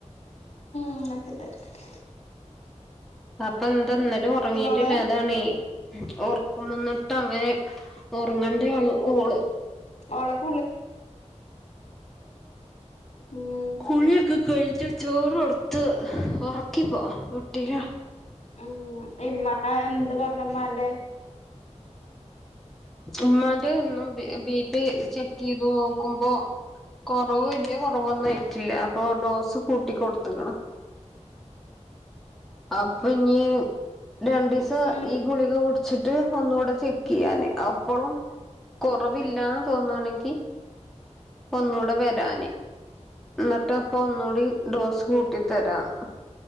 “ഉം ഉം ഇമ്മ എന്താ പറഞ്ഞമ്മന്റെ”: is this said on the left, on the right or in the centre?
Left